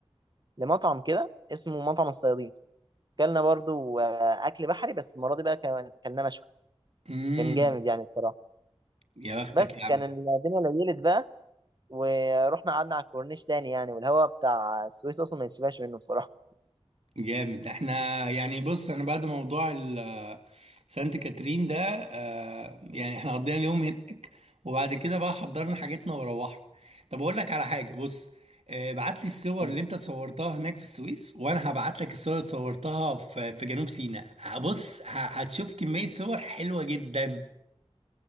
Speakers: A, on the right; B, on the right.
A: لمطعم كده اسمه مطعم الصيادين كلنا برضو آه، اكل بحري بس المره دي بقى كان كلنا مشوي
B: امم
A: كان جامد يعني بصراحه
B: يا بختك
A: بس
B: يا عم
A: كان الدنيا ليلت بقى ورحنا قعدنا على الكورنيش تاني يعني والهواء بتاع السويس اصلا ما يتشبهش منه بصراحه
B: جامد احنا يعني بص انا بعد موضوع ال- سانت كاترين ده آه، يعني احنا قضينا اليوم هناك وبعد كده بقى حضرنا حاجاتنا وروحنا طب اقول لك على حاجه بص آه، بعت لي الصور
A: <laughs>
B: اللي انت صورتها هناك في السويس وانا هبعت لك الصور اللي صورتها في في جنوب سيناء بص ه- هتشوف كميه صور حلوه جدا